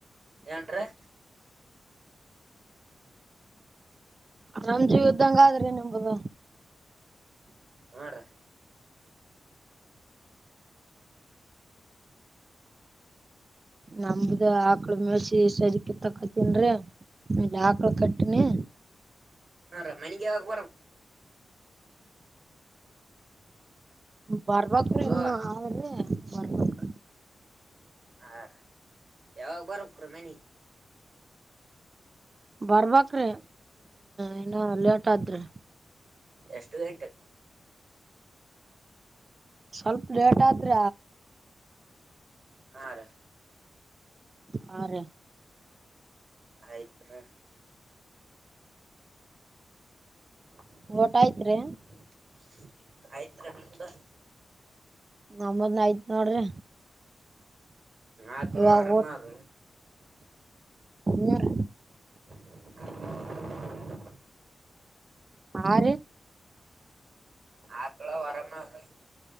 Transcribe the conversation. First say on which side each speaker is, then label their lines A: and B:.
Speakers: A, on the right (about 65°); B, on the right (about 45°).
A: ಏನ್ರೀ
B: ರಾಮ್ಜೀ ಇದದ್ದಂಗ ಆದ್ರೆ ನಿಮಗಗ
A: ಹಾರ
B: ನಮ್ದ ಆಕಳು ಮೆಳ್ಸಿ ಸರಿಕ ತಕತನ್ರಿ ಇ ಆಕಳ ಕಟ್ಟ ನ
A: ಹಾ ರ ಮನಿಗೆ ಆಗ ಬರ
B: ಬರ್ಬೇಕ್ರ
A: ಅಲೋ
B: ಇನ್ನು ಆದ್ರೆ ಬರ್ಬೇಕ್ರ
A: ಹಾ ರ ಯಾವಾಗ ಬರಕ್ ರೀ ಮನೆ
B: ಬರ್ಬಕ್ ಹ ಇನ್ನು ಲೇಟ್ ಆದ್ರಿ
A: ಎಷ್ಟು ಗಂಟೆ
B: ಸ್ವಲ್ಪ ಲೇಟ್ ಆದ್ರ
A: ಹಾ ರ
B: ಹಾ ರೀ
A: ಆಯ್ತ್ ರ ಹ
B: ಊಟಾಯತ್ ರೀ
A: <unintelligible>
B: ನಮದ್ನ ಆಯ್ತ್ ನೋಡ್ರಿ
A: ಆಕ
B: ಇವಾಗ
A: ಅರಮನ ಅವ್ರ
B: ಹರ್
A: ಹ
B: ಆ ರೀ
A: ಆಕ್ಳ ವರಾಮ ಅವ್ರೀ